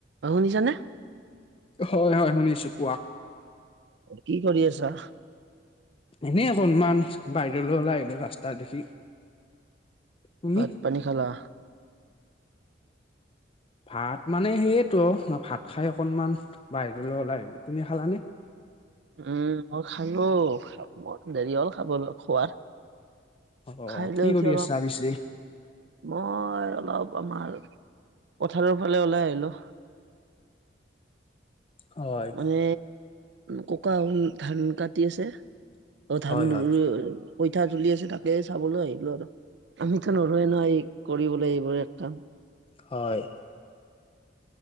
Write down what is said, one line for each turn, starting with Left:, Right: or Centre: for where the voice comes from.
Right: অ শুনিছানে?
Left: হয় হয় শুনিছোঁ কোৱা।
Right: কি কৰি আছা?
Left: এনেই অকনমান বাহিৰলৈ ওলাই আহিলোঁ ৰাস্তা দেখি। তুমি
Right: ভাত পানী খালা?
Left: ভাত মানে সেইয়েতো, ভাত খাই অকনমান বাহিৰলৈ ওলাই আহিলোঁ। তুমি খালানে?
Right: উ, মই খালোঁ, দেৰি হ'ল খাবলৈ খোৱাৰ।
Left: অ
Right: খাই লৈ
Left: কি
Right: উঠি
Left: কৰি
Right: অলপ,
Left: আছা পিছে
Right: মই অলপ আমাৰ পথাৰৰ ফালে ওলাই আহিলোঁ।
Left: হয়
Right: মানে ককা ধান কাটি আছে। ত' ধান
Left: হয় হয়
Right: ৰো-পইঠা তুলি আছে তাকে চাবলৈ আহিলোঁ আৰু। আমিতো নৰুয়েই ন, এই কৰিবলৈ এইবোৰ এক কাম।
Left: হয়।